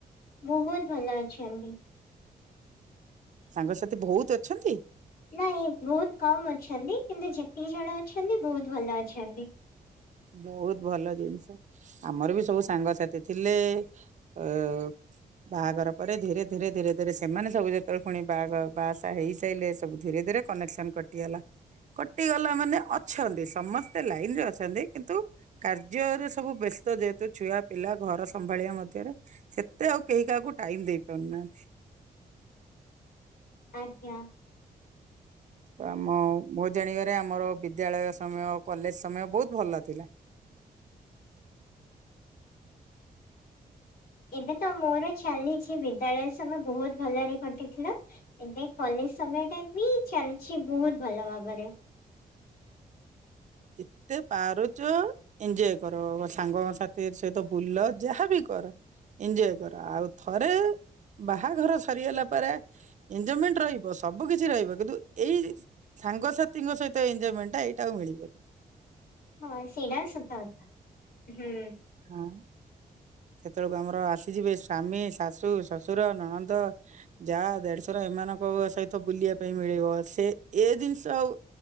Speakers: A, on the left; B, on the right.
A: ମୁଁ ବହୁତୁ ଭଲ ଅଛନ୍ତି।
B: ସାଙ୍ଗସାଥି ଭୋଉତ୍ ଅଛନ୍ତି?
A: ନାଇଁ ବହୁତ କମ୍ ଅଛନ୍ତି କିନ୍ତୁ ଯେତିକି ଜଣ ଅଛନ୍ତି ବହୁତ ଭଲ ଅଛନ୍ତି।
B: ବହୁତ୍ ଭଲ ଜିନିଷ। ଆମର ବି ସବୁ ସାଙ୍ଗସାଥି ଥିଲେ ଏ। ବାହାଘର ପରେ ଧୀରେ ଧୀରେ ଧୀରେ ଧୀରେ ସେମାନେ ସବୁ ଯେତେବେଳେ ପୁଣି ବାହାଘର ବାହାସାହା ହେଇସାଇଲେ ସବୁ ଧୀରେ ଧୀରେ କନେକ୍ସନ କଟିଗଲା କଟିଗଲା ମାନେ ଅଛନ୍ତି ସମସ୍ତେ ଲାଇନ ରେ ଅଛନ୍ତି। କିନ୍ତୁ କାର୍ଯ୍ୟରେ ସବୁ ବ୍ୟସ୍ତ ଯେହେତୁ ଛୁଆ ପିଲା ଘର ସମ୍ଭାଳିବା ମଧ୍ୟରେ ସେତେ ଆଉ କେହି କାହାକୁ ଟାଇମ ଦେଇ ପାରୁନାହାନ୍ତି।
A: ଆଜ୍ଞା।
B: ତ ଆମ ମୋ ଜାଣିବାରେ ଆମର ବିଦ୍ୟାଳୟ ସମୟ କଲେଜ ସମୟ ବହୁତ ଭଲ ଥିଲା।
A: ଏବେ ତ ମୋର ଚାଲିଛି ବିଦ୍ୟାଳୟ ସମୟ ବହୁତ ଭଲରେ ଘଟିଥିଲା। ଏବେ କଲେଜ ସମୟ ଟା ବି ଚାଲିଛି ବହୁତ ଭଲ ଭାବରେ।
B: ଯେତେ ପାରୁଚ ଏଞ୍ଜୟ କର ସାଙ୍ଗସାଥି ସହିତ ବୁଲ ଯାହାବି କର। ଏଞ୍ଜୟ କର ଆଉ ଥରେ ବାହାଘର ସରିଗଲା ପରେ ଏଞଜୟମେଣ୍ଟ ରହିବ ସବୁ କିିଛି ରହିବ କିନ୍ତୁ ଏଇ ସାଙ୍ଗସାଥିୀଙ୍କ ସହିତ ଏଜୟମେଣ୍ଟଟା ଏଇ ତାକୁ ମିଳିବନି। -
A: ହଁ ସେଇଟା ସତ କଥା ହୁଁ।
B: ହଁ ସେତେବେଳକୁ ଆମର ଆସିଯିବେ ସ୍ଵାମୀ ଶାଶୁ ଶ୍ୱଶୁର ନଣନ୍ଦ। ଜା ଦେଢଶୁର ଏମାନଙ୍କ ସହିତ ବୁଲିବା ପାଇଁ ମିଳିବ ସେ ଏ ଜିନିଷ ଆଉ।